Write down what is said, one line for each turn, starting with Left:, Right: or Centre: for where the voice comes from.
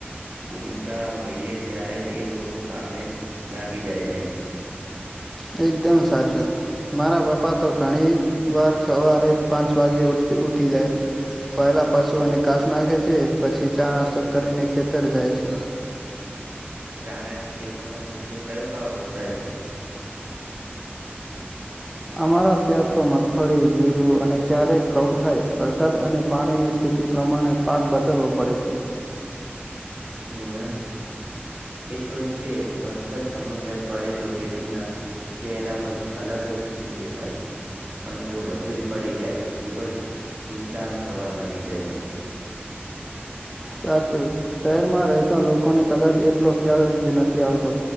Right: ઊંઘતા હોઈએ ત્યારે એ લોકો કામે લાગી જાય છે.
Centre: એકદમ સાચું મારા બાપા તો ઘણી વાર સવારે પાંચ વાગે ઉઠ ઉઊઠી જાય છે પહેલાં પશુઓને ઘાસ નાખે છે પછી ચાણાસ્ તો કરીને ખેતર જાય છે
Right: તારા ખેતરમાં મુખ્ય કયો પાક થાય છે
Centre: અમારા ત્યાં તો મગફળી જીરું અને ક્યારેક ઘઉં થાય વરસાદ અને પાણીની સ્થિતિ પ્રમાણે પાક બદલવો પડે છે.
Right: એવું એમ એ તો છે વરસાદ સમયસર પડે તો ખેડૂતના ચહેરા પર અલગ જ ખુશી દેખાય છે પણ જો વધુ જ પડી જાય તો ખૂબ જ ચિંતાનો સવાલ બની જાય છે.
Centre: સાચું શહેરમાં રહેતા લોકોને કદાચ એટલો ખ્યાલ જ નથી આવતો